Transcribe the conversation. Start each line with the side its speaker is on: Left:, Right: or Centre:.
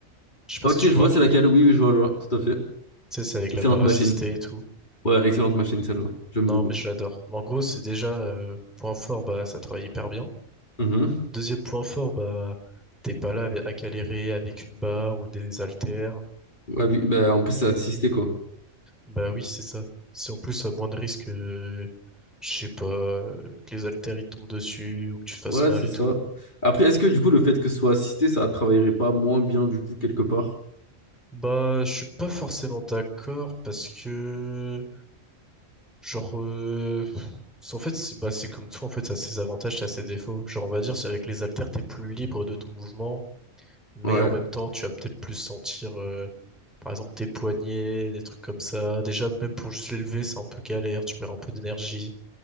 Centre: Je sais pas
Left: Ok,
Centre: si tu
Left: je
Centre: vois.
Left: vois, c'est laquelle. Oui, oui, je vois, je vois, tout à fait.
Centre: Tu sais, c'est avec
Left: Excellente
Centre: la barre assistée
Left: machine.
Centre: et tout.
Left: Ouais, excellente machine, celle-là. J'aime
Centre: Non,
Left: beaucoup.
Centre: mais je l'adore. Mais en gros, c'est déjà euh, point fort, bah ça travaille hyper bien.
Left: Mhm.
Centre: Deuxième point fort, bah, t'es pas là avec- à galérer avec une barre ou des haltères.
Left: Ouais, oui, bah, en plus, c'est assisté, quoi.
Centre: Bah oui, c'est ça. Si en plus, à moins de risque, euh, je sais pas, euh, que les haltères ils tombent dessus ou que tu fasses
Left: Ouais,
Centre: mal
Left: c'est
Centre: et
Left: ça.
Centre: tout.
Left: Après, est-ce que du coup, le fait que ce soit assisté, ça travaillerait pas moins bien, du coup, quelque part?
Centre: Bah, je suis pas forcément d'accord parce que, genre, euh, en fait, c'est bah, c'est comme tout, en fait, ça a ses avantages, ça a ses défauts. Genre, on va dire, c'est avec les haltères, t'es plus libre de ton mouvement. mais
Left: Ouais.
Centre: en même temps, tu vas peut-être plus sentir, euh, par exemple, tes poignets, des trucs comme ça. Déjà, même pour juste l'élever, c'est un peu galère, tu perds un peu d'énergie.